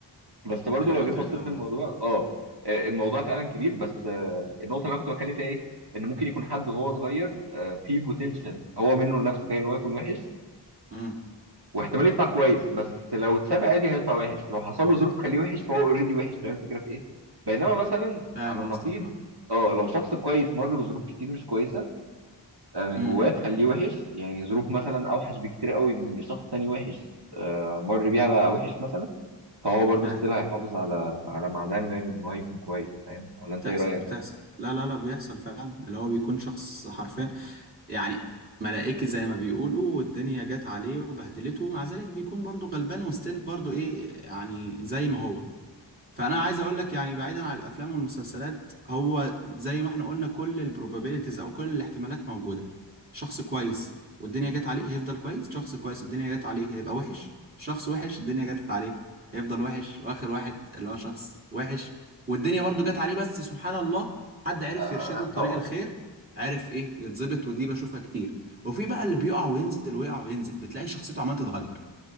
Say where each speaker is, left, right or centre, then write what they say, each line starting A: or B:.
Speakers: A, on the right; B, on the right.
A: بس برضو
B: الحمد
A: لو جيت بصيت
B: لله والله
A: للموضوع اه آه، الموضوع فعلا كبير بس آه، النقطه اللي انا كنت بتكلم فيها ايه ان ممكن يكون حد وهو صغير آه، فيه بوتنشال هو منه لنفسه كده ان هو يكون وحش
B: امم
A: واحتمال يطلع كويس بس لو اتساب عادي هيطلع وحش لو حصل له ظروف تخليه وحش فهو اوريدي وحش فاهم الفكره في ايه بينما مثلا
B: فاهم
A: على النقيض
B: قصدك اه
A: اه لو شخص كويس مر بظروف كتير مش كويسه آه، من
B: امم
A: جواه تخليه وحش يعني ظروف مثلا اوحش بكتير قوي من ان شخص تاني وحش آه، مر بيها بقى وحش مثلا فهو برضه
B: فاهم
A: ستيل هيحافظ على على معدنه يعني ان هو يكون كويس فاهم ولا انت
B: بتحصل
A: ايه رايك
B: بتحصل لا لا لا بيحصل فعلا اللي هو بيكون شخص حرفيا يعني ملائكي زي ما بيقولوا والدنيا جت عليه وبهدلته ومع ذلك بيكون برضو غلبان وستيل برضو ايه يعني زي ما هو فانا عايز اقول لك يعني بعيدا عن الافلام والمسلسلات هو زي ما احنا قلنا كل البروبابيلتيز او كل الاحتمالات موجوده شخص كويس والدنيا جت عليه هيفضل كويس شخص كويس الدنيا جت عليه هيبقى وحش شخص وحش الدنيا جت عليه هيفضل وحش واخر واحد اللي هو شخص وحش والدنيا برضو جت عليه بس سبحان الله حد عرف
A: آه
B: يرشده لطريق
A: طبعا
B: الخير عرف ايه يتظبط ودي بشوفها كتير وفي بقى اللي بيقع وينزل ويقع وينزل بتلاقي شخصيته عمالة تتغير